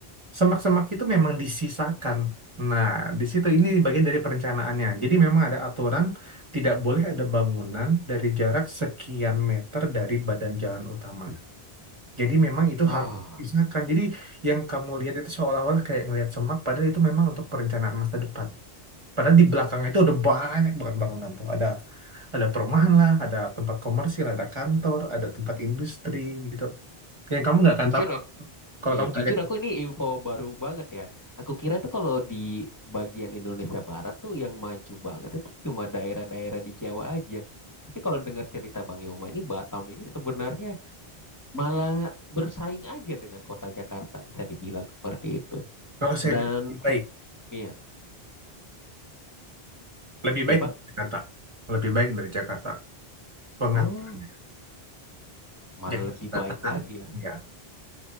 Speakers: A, on the right; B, on the left.
A: semak-semak itu memang disisakan. Nah, di situ ini bagian dari perencanaannya. Jadi memang ada aturan tidak boleh ada bangunan dari jarak sekian meter dari badan jalan utama. Jadi memang itu
B: Ah,
A: harus disisakan. Jadi yang kamu lihat itu seolah-olah kayak ngelihat semak, padahal itu memang untuk perencanaan masa depan. Padahal di belakangnya itu ada banyak banget bangunan tuh. Ada ada perumahan lah, ada tempat komersil, ada kantor, ada tempat industri gitu. Yang kamu nggak akan
B: jujur,
A: tahu
B: ak-
A: kalau
B: ya
A: kamu nggak
B: jujur
A: lihat.
B: aku ini info baru banget ya. Aku kira itu kalau di bagian Indonesia Barat tuh yang maju banget itu cuma daerah-daerah di Jawa aja. Tapi kalau dengar cerita Bang Yoma ini Batam ini sebenarnya malah bersaing aja dengan kota Jakarta bisa dibilang seperti itu.
A: Kalau saya
B: Dan
A: bilang lebih baik,
B: iya,
A: lebih baik
B: iya Bang.
A: dari Jakarta, lebih baik dari Jakarta pengaturannya,
B: Oh, malah
A: Jakarta
B: lebih
A: berantakan.
B: baik lagi ya.
A: Iya.